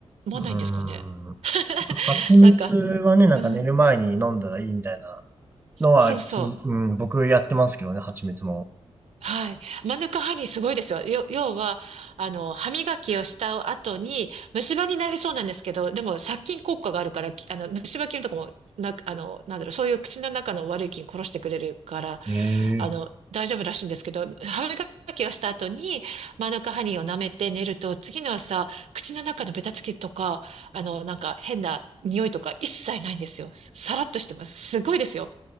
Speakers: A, on the right; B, on the right.
A: うーん。
B: ないんですかね。
A: な蜂蜜はね、
B: <laughs> なんか、
A: なんか寝る前に飲んだらいいみたいな
B: うん、
A: のはき、
B: そうそう。
A: うん、僕やってますけどね、蜂蜜も。
B: はい。マヌカハニーすごいですよ。よ、要は、あの、歯磨きをした後に、虫歯になりそうなんですけど、でも殺菌効果があるから、きあの、虫歯菌とかも、な、あの、なんだろう、そういう口の中の悪い菌殺してくれるから、
A: ええ
B: あの、大丈夫らしいんですけど、歯磨きをした後に、マヌカハニーを舐めて寝ると、次の朝、口の中のベタつきとか、あの、なんか変な匂いとか一切ないんですよ。さらっとしてます。すごいですよ。